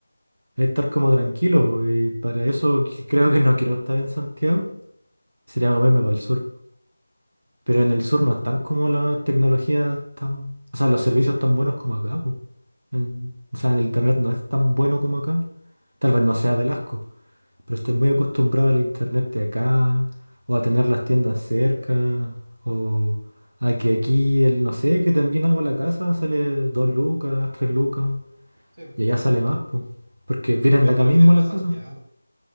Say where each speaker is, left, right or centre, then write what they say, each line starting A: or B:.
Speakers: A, on the right; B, on the right.
A: es estar como tranquilo, po, y para eso que- <laughs> creo que no quiero estar en Santiago, sería comerme para el sur. Pero en el sur no están como las tecnologías tan, o sea, los servicios tan buenos como acá, po. En- o sea, el internet no es tan bueno como acá. Tal vez no sea del asco, pero estoy muy acostumbrado al internet de acá, o a tener las tiendas cerca, o a que aquí, el, no sé, que también algo a la casa sale dos lucas, tres lucas,
B: Sí, po.
A: y allá sale más, pues. Porque
B: yo,
A: vienen
B: yo
A: de acá
B: prefiero
A: mismo las
B: a Santiago.
A: cosas.